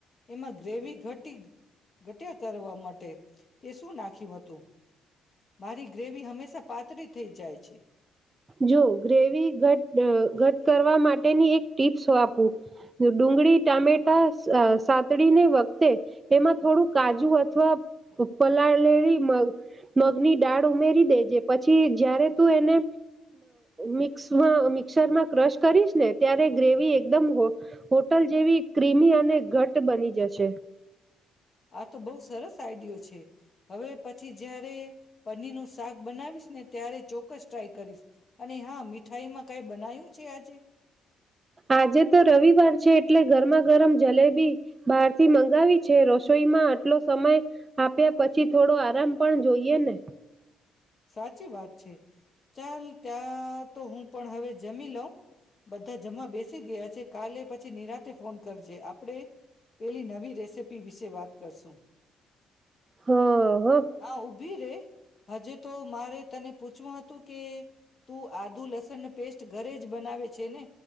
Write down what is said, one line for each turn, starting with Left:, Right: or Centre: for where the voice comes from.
Left: એમાં ગ્રેવી ઘ ઘટ કરવા માટે તે શું નાખ ખ્યું હતું. મારી ગ્રેવી હંમેશા પાતળી થઈ જાય છે.
Right: જો ગ્રેવી ઘટ ઘટ કરવા માટેની એક ટીપ્સ આપપવું ડુંગળી ટામેટા સાતડીને વખતે એમાં થોડું કાજુ અથવા પલાળેલી મગ મગની દાળ ઉમેરી દેજે પછી જયારે તું એને મિક્સમાં મિક્સરમાં ક્રશ કરીશ ને ત્યારે ગ્રેવી એકદમ હોટલ જેવી ક્ર્રીમી અને ઘટ્ટ બની જશે
Left: આ તો બહુ સરસ આઈડિયો છે. હવે પછી જયારે પનીર નું શાક બનાવીશ ને ત્યારે ચોક્કસ ટ્રાય કરીશ અને હા મીઠાઈ માં કઈ બનાય્યું છે આજે
Right: આજે તો રવિવાર છે. એટલે ગરમા ગરમ જલેબી બહારથી મંગાવી છે રસોઈમાં આટલો સમય આપ્યા પછી થોડો આરામ પણ જોઈએ ને
Left: સાચી વાત છે ચાલ ત્યાં તો હું પણ હવે જમી લઉં બધા જમા બેસ ગયા છે કાલે પછી નિરાતે ફોન કરજે આપણે પેલી નવી રેસીપી વિશે વાત કરશું
Right: હ હ
Left: હા ઉભી રે હજી મારે તને પૂછવું હતું કે તું આદુ લસણ પેસ્ટ ઘરે જ બનાવે છે. ને